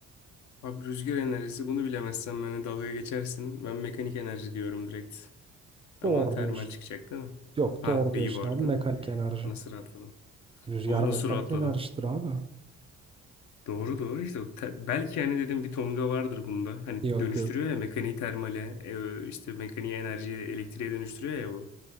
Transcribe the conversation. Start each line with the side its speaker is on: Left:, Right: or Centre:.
Left: Abi rüzgar enerjisi bunu bilemezsen bana dalga geçersin. Ben mekanik enerji diyorum direkt. Ama
Right: Doğru
Left: termal
Right: diyorsun.
Left: çıkacak değil mi?
Right: Yok
Left: Ha
Right: doğru
Left: iyi
Right: diyorsun
Left: bu arada.
Right: abi mekanik enerji.
Left: Nasıl rahatladım?
Right: Rüzgar
Left: Oğlum nasıl
Right: mekanik
Left: rahatladım?
Right: enerjidir abi.
Left: Doğru doğru işte. o te- belki hani dedim bir tonga vardır bunda. Hani
Right: Yok
Left: dönüştürüyor
Right: yok.
Left: ya mekaniği termale, e, işte mekaniği enerjiyi elektriğe dönüştürüyor ya bu.